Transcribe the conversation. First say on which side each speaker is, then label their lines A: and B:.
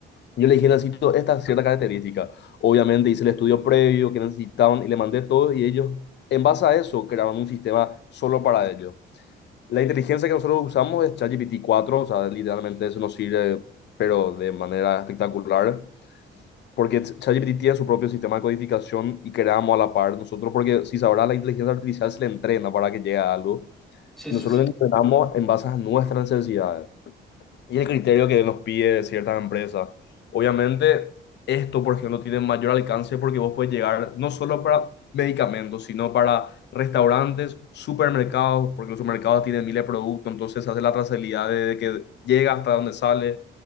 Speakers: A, on the left; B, in the centre.
A: Yo le dije, necesito esta cierta característica. Obviamente hice el estudio previo que necesitaban y le mandé todo y ellos, en base a eso, crearon un sistema solo para ellos. La inteligencia que nosotros usamos es ChatGPT cuatro o sea, literalmente eso nos sirve, pero de manera espectacular, porque ChatGPT tiene su propio sistema de codificación y creamos a la par nosotros, porque si sabrá, la inteligencia artificial se le entrena para que llegue a algo.
B: Sí,
A: y
B: sí,
A: Nosotros
B: sí.
A: le entrenamos en base a nuestras necesidades y el criterio que nos pide ciertas empresas. Obviamente, esto, por ejemplo, tiene mayor alcance porque vos puedes llegar no solo para medicamentos, sino para restaurantes, supermercados, porque los supermercados tienen miles de productos, entonces se hace la trazabilidad de que llega hasta donde sale,